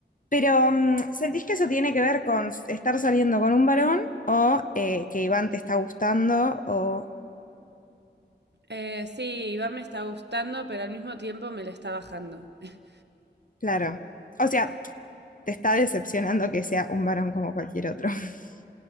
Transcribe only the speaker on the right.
Eh, sí, Iván me está gustando, pero al mismo tiempo me la está bajando. <laughs>